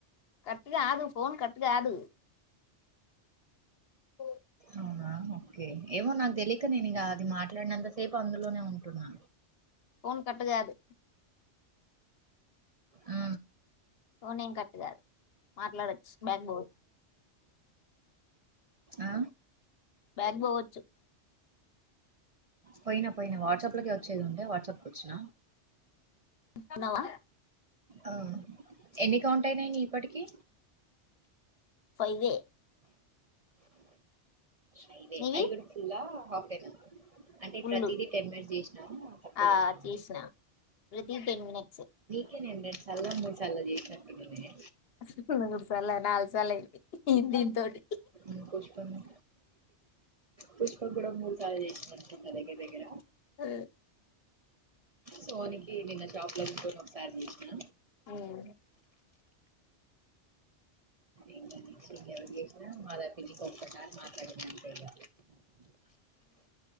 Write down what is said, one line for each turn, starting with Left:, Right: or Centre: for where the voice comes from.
Left: కట్ కాదు ఫోన్ కట్ కాదు పో
Right: అవునా ఓకే ఏమో నాకు తెలియక నేను ఇక అది మాట్లాడినంత సేపు అందులోనే ఉంటున్నా
Left: ఫన్ కట్ గాదు
Right: ఆ
Left: నేన్ కటుగాదు మాట్లాడొచ్చు బ్యాక్ బో
Right: ఆ
Left: బ్యాగ్ పోవచ్చు
Right: పోయినా పోయినా వాట్సాప్లకె వచ్చేదుండే వాట్సాప్కి వచ్చిన
Left: ఉన్నవా
Right: ఆ ఎన్ని కౌంట్ అయినయి నీ ఇప్పటికి
Left: ఫైవే
Right: అయి దే
Left: నీవి
Right: అయి కూడా ఫుల్ హాఫైనా అంటే
Left: ఫుల్లు
Right: ప్రతిీదీ టెన్ మినిట్స్ చేసినాము తక్కువ
Left: ఆ
Right: చేసినామ.
Left: చేసిన ప్రతి టెన్ మినట్స్
Right: అందుకే నేను రెండు సార్లు మూడు సార్లు చేసినటుననే
Left: ఇపుడు నాలు సాల నాలుగు సాల అయింది ఇ దీని తోటి
Right: ఊ పుష్ప నే పుష్ప కూడా మూడు సార్లు చేసినట్టున దగ్గర దగ్గర
Left: ఆ
Right: సోనికి నిన్న షాప్ లకు బోను ఒకసారి చేసిన
Left: ఆవునే
Right: ఇంకా <unintelligible> మాదాపి కొ మాట్లాడిన అంతే ఇగ